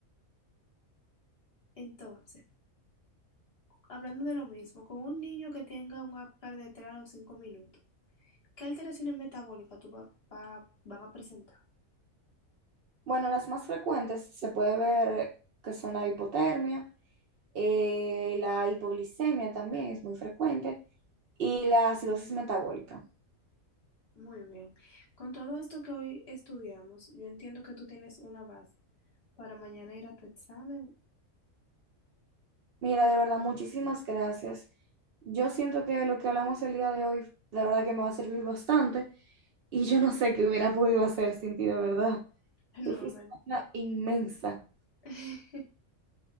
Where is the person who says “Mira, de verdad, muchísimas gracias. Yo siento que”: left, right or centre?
Right